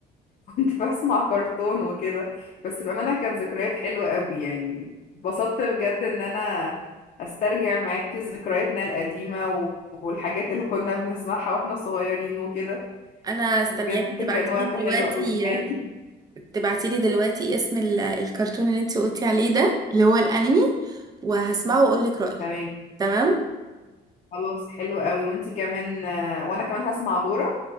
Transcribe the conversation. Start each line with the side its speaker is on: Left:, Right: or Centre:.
Left: <laughs> كنت بسمع كرتون وكده بس بأمانة كانت ذكريات حلوة قوي يعني اتبسطت بجد ان انا استرجع معاكي ذكرياتنا القديمة و- والحاجات اللي كنا بنسمعها واحنا صغيرين وكده
Right: انا استنياكي
Left: بجد
Right: تبعتيلي
Left: كان وقت حلو
Right: دلوقتي
Left: قوي معاكي
Right: تبعتيلي دلوقتي اسم ال- الكرتون اللي انتي قلتي عليه ده اللي هو الانمي وهسمعه واقولك رأيي
Left: تمام
Right: تمام
Left: خلاص حلو قوي وانت كمان آه، وانا كمان هسمع دورة